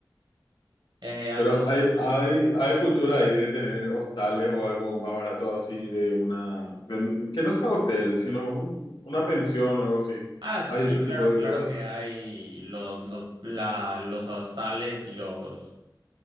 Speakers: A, on the right; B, on the left.
A: Eh, algún
B: Pero
A: otro...
B: hay,
A: aspe-
B: hay, hay cultura ahí de tener hostales o algo más barato así de una, de- que no sea hotel, sino un- una pensión o algo así.
A: Ah, sí,
B: Hay
A: sí,
B: ese tipo
A: claro,
B: de
A: claro
B: cosas.
A: que hay los, los, la, los hostales y los,